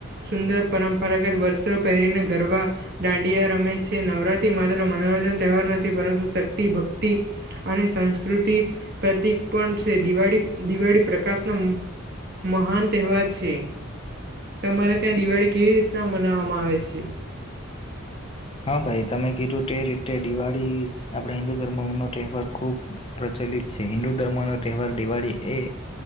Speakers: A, on the right; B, on the left.
A: સુંદર પરંપરાગત વર્ષો પહેરીને ગરબા દાંડયા રમે છે નવરાત્રી માત્ર મનોરંજન તહેવાર નથી પરંતુ શક્તિ ભક્તિ અને સંસ્કૃતિ પ્રતિક પણ છેિ દિવાળી પ્રકાશનો મહાન તહેવાર છે તમારે ત્યાં દિવાળી કેવી રીતના મનાવામાં આવે છે
B: હા ભાઈ તમે કીધું તે રીતે દિવાળી આપણે હિન્દુ ધર્મ ન તહેવાર ખૂબ ચલિત છે હિન્દુ ધર્મનો તહેવાર દિવાળી એ